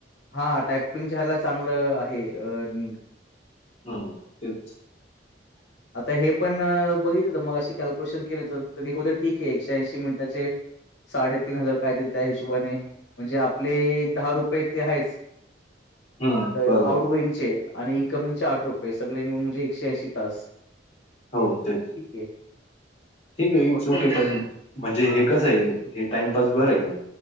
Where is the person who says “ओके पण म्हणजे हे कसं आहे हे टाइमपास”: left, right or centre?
Left